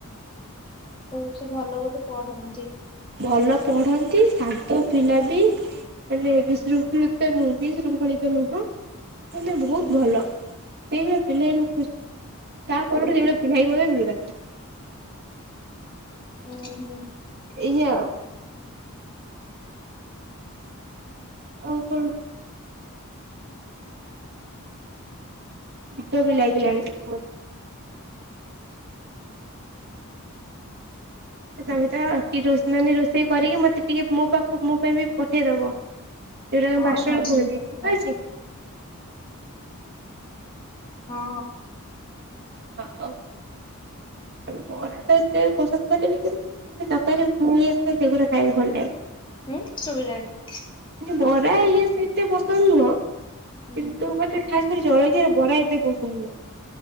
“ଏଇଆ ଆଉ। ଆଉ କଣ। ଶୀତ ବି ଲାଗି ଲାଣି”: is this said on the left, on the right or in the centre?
Right